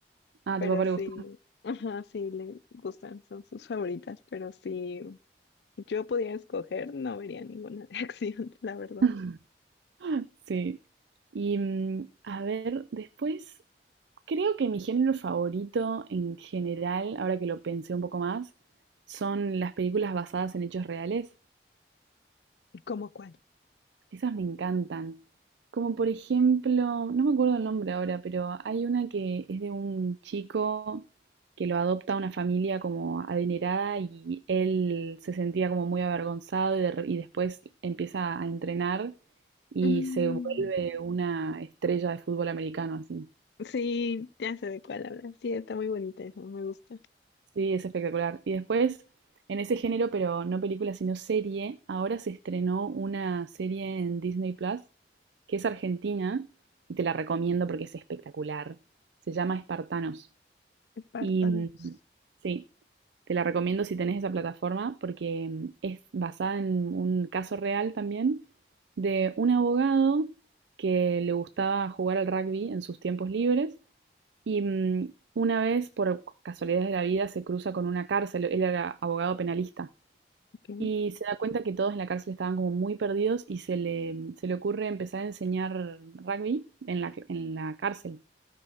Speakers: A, on the right; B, on the left.
A: Ah, a
B: Pero
A: tu papá
B: sí,
A: le gusta.
B: <laughs> ajá, sí le gustan, son sus favoritas, pero sí. Yo pudiera escoger, no vería ninguna de <laughs> acción, la verdad.
A: <laughs> Sí. Y mm, a ver, después, creo que mi género favorito en general, ahora que lo pensé un poco más, son las películas basadas en hechos reales.
B: ¿Cómo cuál?
A: Esas me encantan. Como por ejemplo, no me acuerdo el nombre ahora, pero hay una que es de un chico que lo adopta una familia como adinerada y él se sentía como muy avergonzado y, de- y después empieza a entrenar y
B: Mm,
A: se vuelve una estrella de fútbol americano así.
B: sí, ya sé de cuál habla. Sí, está muy bonita esa, me gusta.
A: Sí, es espectacular. Y después, en ese género, pero no película, sino serie, ahora se estrenó una serie en Disney Plus, que es argentina, y te la recomiendo porque es espectacular. Se llama Espartanos.
B: Espartanos.
A: Y mm, sí, te la recomiendo si tenés esa plataforma porque mm, es basada en un caso real también de un abogado que le gustaba jugar al rugby en sus tiempos libres y mm, una vez por casualidades de la vida se cruza con una cárcel, él era abogado penalista
B: Ok.
A: y se da cuenta que todos en la cárcel estaban como muy perdidos y se le, se le ocurre empezar a enseñar rugby en la, en la cárcel.